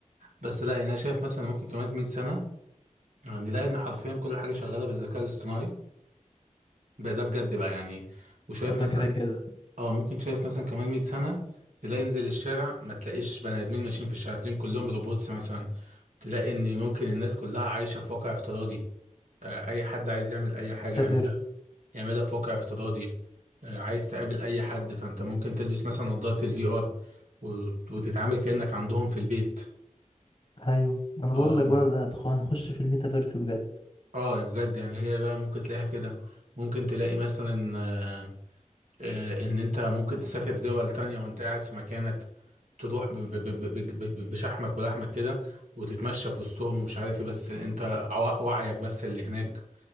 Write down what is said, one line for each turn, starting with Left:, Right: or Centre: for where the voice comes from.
Right: بس لا يعني أنا شايف مثلا ممكن كمان 100 سنة يعني نلاقي ان حرفيا كل حاجه شغاله بالذكاء الاصطناعي بقى ده بجد بقى يعني وشايف
Left: <laughs> ده
Right: مثلا
Left: كده كده
Right: اه ممكن شايف مثلا كمان 100 سنه تلاقي انزل الشارع ما تلاقيش بني ادمين ماشيين في الشارع تلاقيهم كلهم روبوتس مثلا تلاقي ان ممكن الناس كلها عايشه في واقع افتراضي آه اي حد عايز يعمل اي حاجه
Left: ميتافيرس
Right: يعملها يعملها في واقع افتراضي آه عايز تقابل اي حد فانت ممكن تلبس مثلا نظاره الفي ار وتتعامل كانك عندهم في البيت
Left: ايوه انا بقول
Right: اه
Left: لك بقى ده هتخ- هنخش في الميتافيرس بجد
Right: اه بجد يعني هي بقى ممكن تلاقيها كده ممكن تلاقي مثلا آه، آه، ان انت ممكن تسافر دول تانية وانت قاعد في مكانك تروح ب- ب- ب- ب- ب- بشحمك ولحمك كده وتتمشى في وسطهم ومش عارف ايه بس انت عو- وعيك بس اللي هناك